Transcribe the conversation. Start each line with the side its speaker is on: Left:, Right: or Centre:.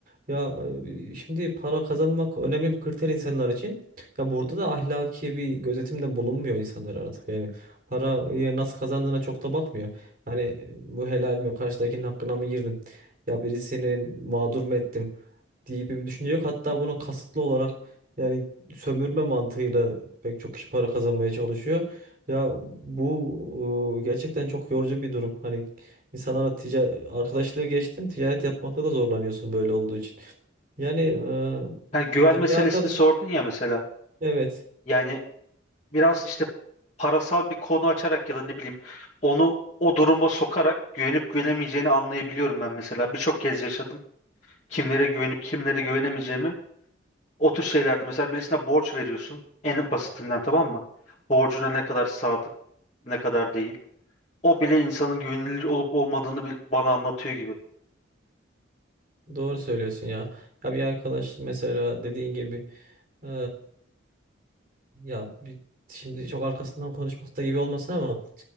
Right: Ya e, şimdi para kazanmak önemli bir kriter insanlar için. Ya burada da ahlaki bir gözetimde bulunmuyor insanlar artık. Yani parayı nasıl kazandığına çok da bakmıyor. Hani e, bu helal mi? Karşıdakinin hakkına mı girdim? Ya birisinin mağdur mu ettim? diye bir düşünce yok. Hatta bunu kasıtlı olarak yani sömürme mantığıyla pek çok kişi para kazanmaya çalışıyor. Ya bu e, gerçekten çok yorucu bir durum. Hani insanlara tica arkadaşlığı geçtim, ticaret yapmakta da zorlanıyorsun böyle olduğu için. Yani e,
Left: Yani güven
Right: ya
Left: meselesini
Right: bir arkadaş
Left: sordun ya mesela.
Right: evet
Left: Yani biraz işte parasal bir konu açarak ya da ne bileyim onu o duruma sokarak güvenip güvenemeyeceğini anlayabiliyorum ben mesela. Birçok kez yaşadım. Kimlere güvenip kimlere güvenemeyeceğimi. O tür şeylerde mesela birisine borç veriyorsun. En basitinden tamam mı? Borcuna ne kadar sadık, ne kadar değil. O bile insanın güvenilir olup olmadığını bil- bana anlatıyor gibi.
Right: doğru söylüyorsun ya. Ya bir arkadaş mesela dediğin gibi e, ya bir, şimdi çok arkasından konuşmakta gibi olmasın ama